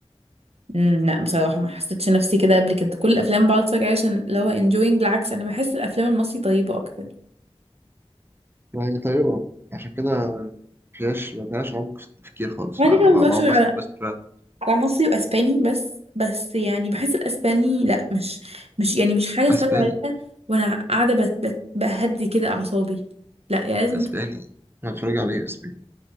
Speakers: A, on the right; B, on the right.
A: امم لا بصراحه ما حسيتش نفسي كده قبل كده كل الافلام بقعد اتفرج عليها عشان لو انجوينج بالعكس انا بحس الافلام المصري طيبه اكتر
B: ما هي طيبه عشان كده مفيهاش ما فيهاش عمق في التفكير خالص
A: انا
B: فبقعد
A: كده كده ما بتفرجش غير
B: بس
A: على
B: بس شويه
A: على مصري واسباني بس بس يعني بحس الاسباني لا مش مش يعني مش حاجه اتفرج
B: اسباني
A: عليها وانا قاعده بت... بت... بهدي كده اعصابي لا يعني لازم
B: اسباني
A: ت-
B: انا اتفرج عليه اسباني